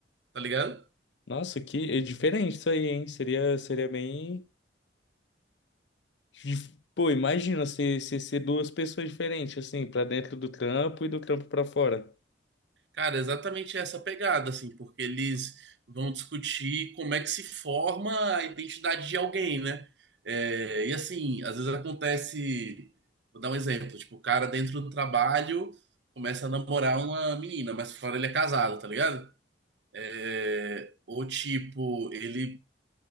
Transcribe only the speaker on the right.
tá ligado?
Cara, é exatamente essa pegada, assim, porque eles vão discutir como é que se forma a identidade de alguém, né? É, e assim, às vezes acontece, vou dar um exemplo, tipo, o cara dentro do trabalho começa a namorar uma menina, mas fora ele é casado, tá ligado? É, Ou tipo, ele